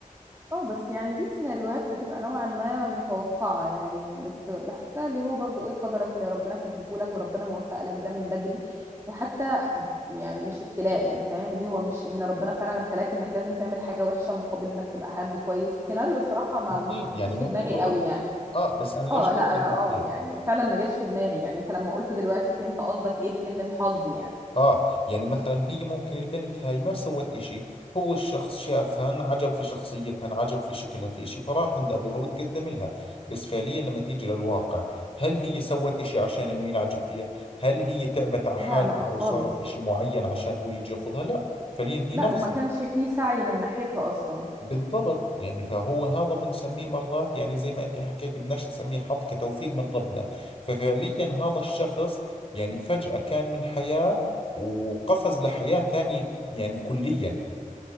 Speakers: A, on the right; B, on the left.
A: اه بس يعني دي سيناريوهات بتبقى نوعا ما متوقعة يعني بس بحسها اللي هو برضو ايه قدرك اللي ربنا كاتبه لك وربنا موفق لك ده من بدري وحتى يعني مش ابتلاء يعني فاهم اللي هو مش ان ربنا فعلا ابتلاك انك لازم تعمل حاجة وحشة مقابل انك تبقى حد كويس السيناريو الصراحة ما
B: اكيد
A: ما حطوش
B: يعني ممكن
A: في دماغي
B: بقول
A: قوي يعني
B: لك اه بس انا ليش
A: اه
B: قلت
A: لا
B: لك
A: اه
B: هيك؟
A: آه، يعني فعلا ما جاش في دماغي يعني انت لما قلت دلوقتي فهمت قصدك ايه بكلمة حظ يعني
B: آه يعني مثلا هي ممكن البنت هاي ما سوت إشي هو الشخص شافها انعجب في شخصيتها انعجب في شكلها في إشي فراح عند أبوها وتقدم لها بس فعليا لما تيجي للواقع هل هي سوت إشي عشان إنه ينعجب فيها هل هي تعبت على
A: لا
B: حالها
A: لا خالص
B: أو صارت إشي معين عشان هو يجي ياخذها لا فعليا هي
A: لا
B: نفسها
A: وما كانش فيه سعي من ناحيتها اصلا
B: بالضبط يعني فهو هذا بنسميه مرات يعني زي ما انت حكيت بدناش نسميه حظ كتوفيق من ربنا ففعليا هذا الشخص يعني فجأة كان من حياة وقفز لحياة ثانية يعني كليا